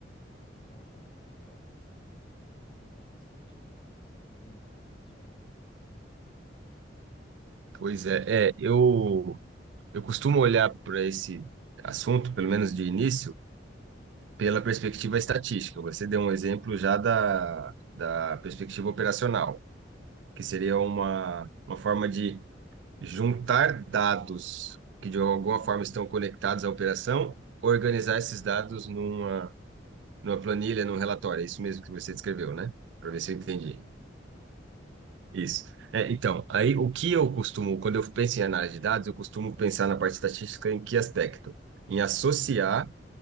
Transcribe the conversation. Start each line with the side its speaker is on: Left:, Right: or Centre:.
Left: mas eu não, não consegui, não consegui, acho que, entender como funciona isso.
Right: Pois é. É, eu, eu costumo olhar para esse assunto, pelo menos de início, pela perspectiva estatística. Você deu um exemplo já da, da perspectiva operacional, que seria uma, uma forma de Juntar dados que de alguma forma estão conectados à operação, organizar esses dados numa, numa planilha, num relatório. É isso mesmo que você descreveu, né?
Left: Perfeito,
Right: Para ver se eu entendi.
Left: perfeito.
Right: Isso. É, então, aí o que eu costumo, quando eu penso em análise de dados, eu costumo pensar na parte estatística em que aspecto? Em associar